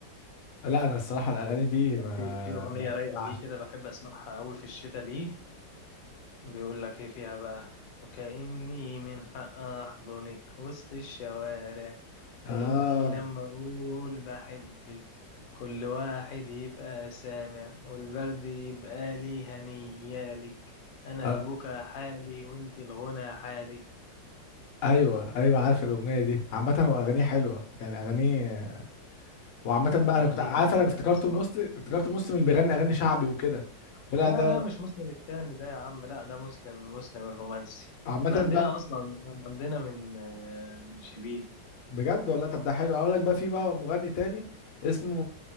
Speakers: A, on the left; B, on the left.
A: لا انا الصراحه الاغاني دي
B: كان
A: ما
B: في في أغنية
A: ب-
B: رايقة
A: بعش-
B: ليه كده بحب أسمعها أوي في الشتاء ليه بيقول لك ايه فيها بقى وكأني من حق احضنك وسط الشوارع وكأني
A: آه.
B: لما اقول بحبك كل واحد يبقى سامع والبرد يبقى لي هنيالك انا
A: اه
B: البكا حالي وانت الغنى حالك
A: ايوه ايوه عارف الاغنيه دي عامه هو اغانيه حلوه يعني اغانيه وعامه بقى
B: اغاني
A: انا كنت عارف
B: جميلة
A: انا افتكرته
B: اصلا
A: مسلم افتكرته مسلم اللي بيغني اغاني شعبي وكده طلع
B: لا
A: ده
B: لا مش مسلم التاني ده يا عم لا ده مسلم مسلم الرومانسي
A: عامه
B: من عندنا
A: بقى
B: اصلا من عندنا من آه، من شبيه
A: بجد والله طب ده حلو اقول لك بقى في بقى مغني تاني اسمه